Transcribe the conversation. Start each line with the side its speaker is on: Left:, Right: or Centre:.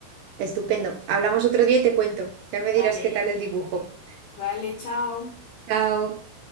Right: Estupendo. Hablamos otro día y te cuento. Ya me dirás
Left: Vale.
Right: qué tal el dibujo.
Left: Vale, chao.
Right: Chao.